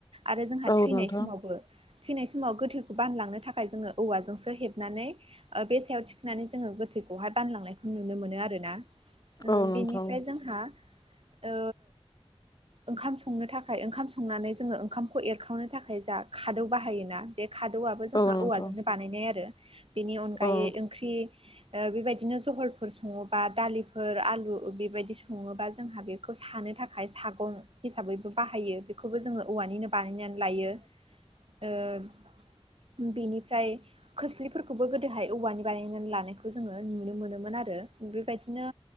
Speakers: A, on the right; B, on the left.
A: आरो जोंहा
B: औ
A: थैनाय
B: नोंथां
A: समावबो थैनाय समाव गोथैखौ बानलांनो थाखाय जोङो औवाजोंसो हेबनानै बे सायाव थिखांनानै जोङो गोथै खौहाय बानलांनायखौ नुनो मोनो आरोना ओ
B: औ नोंथां
A: बेनिफ्राय जोंहा ओ ओंखाम संनो थाखाय ओंखाम संनानै जोङो ओंखामखौ एरखावनो थाखाय जा खादौ बाहायोना। बे खादौआबो
B: औ
A: जोंहा
B: नोंथां औ नोंथां औ नोंथां
A: औवाजोंनो बानायनाय आरो बेनि अनगायै
B: औ
A: ओंख्रि ओ बेबायदिनो जहलफोर सङोबा दालिफोर आलु बेबायदि सङोबा जोंहा बे बेखौ सानो थाखाय सागं हिसाबैबो बाहायो बेखौबो जोङो औवानिनो बानायनानै लायो ओ‌ बेनिफाय खोलसिफोरखौबो गोदोहाय औवानि बानायना लानायखौ खौ जोङो नुनो मोनोमोन आरो बेबादिनो